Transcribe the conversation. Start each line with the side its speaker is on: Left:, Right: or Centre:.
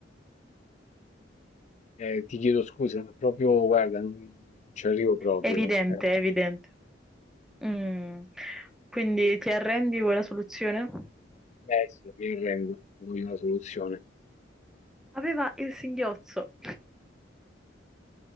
Left: Eh, ti chiedo scusa, ma proprio, guarda, non, non ci arrivo proprio.
Centre: evidente,
Left: no? Eh,
Centre: evidente. Mm. Quindi ti arrendi, vuoi la soluzione?
Left: beh, sì, mi arrendo, voglio una soluzione.
Centre: Aveva il singhiozzo.